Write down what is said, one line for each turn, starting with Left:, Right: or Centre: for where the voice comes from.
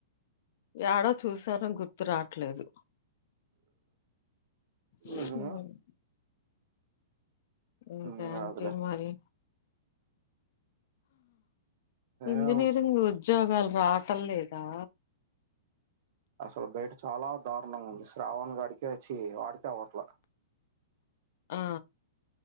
Left: యాడో చూసాను గుర్తురాట్లేదు హ్మ్
Right: ఉహు,
Left: ఇంకేంటి
Right: ఉమ్, కాదులే
Left: మరి ఇంజనీరింగ్
Right: ఏముంది
Left: ఉద్యోగాలు రాటలేదా
Right: అసలు బయట చాలా దారుణంగా ఉంది శ్రావణ్ గాడికే చ్చి వాడికే అవ్వట్లా
Left: ఆ